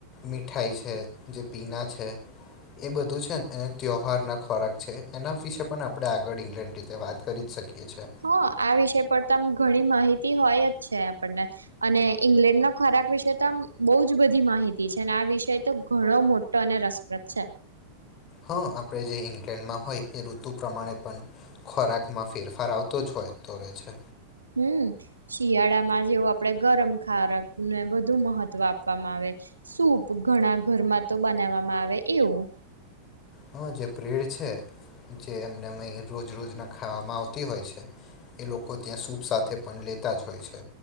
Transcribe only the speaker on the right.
હ, આ વિષય પર તમ ઘણી માહિતી માહિતી હોય જ છે આપણ ને અને ઇંગ્લેન્ડ ખોરાક વિશે તો આમ બઉ જ બધી માહિતી છે આ વિષય તો ઘણો મોટો અને રસપ્રદ છે
હમ્મ, શિયાળામાં જેવું આપડે ગરમ ખારાક ને વધુ મહત્વ આપવામાં આવે સૂપ ઘણા ઘરમાં તો બનાવવામાં આવે એવું